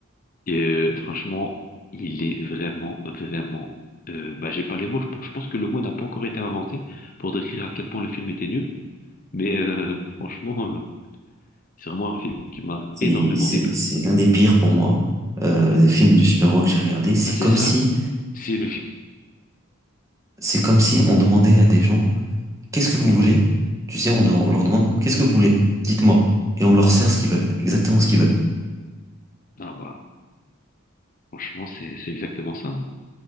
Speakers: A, on the left (about 40°); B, on the right (about 15°).
A: Et euh, franchement, il est vraiment, vraiment. euh, bah, j'ai pas les mots. Je, je pense que le mot n'a pas encore été inventé pour décrire à quel point le film était nul. Mais euh, <laughs> franchement, euh, c'est vraiment un film qui m'a
B: C'est,
A: énormément
B: c'est,
A: déplu.
B: c'est l'un des pires pour moi, euh,
A: Ouais,
B: des films
A: c'est
B: de super-héros que j'ai regardé. C'est
A: bah, c'est
B: comme
A: ça.
B: si.
A: C'est le film.
B: C'est comme si on demandait à des gens, qu'est-ce que vous
A: Oui.
B: voulez? Tu sais, on, de- on leur demande, qu'est-ce que vous voulez? Dites-moi. Et on leur sert ce qu'ils veulent, exactement ce qu'ils veulent.
A: Ah bah, franchement, c'est c'est exactement ça. hein.